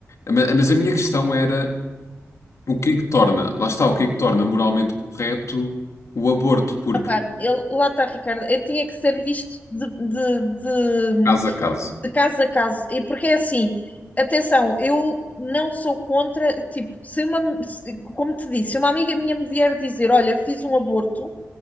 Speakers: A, on the left; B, on the left.
A: ma- mas a minha questão era o que é que torna, lá está, o que é que torna moralmente correto o aborto, porque
B: Epá, ele- lá está, Ricardo. eh, Tinha que ser visto de, de- de-
A: Caso a caso.
B: de caso a caso. E porque é assim, atenção, eu não sou contra. Tipo, se uma, se- como te disse, se uma amiga minha me vier dizer: Olha, eu fiz um aborto,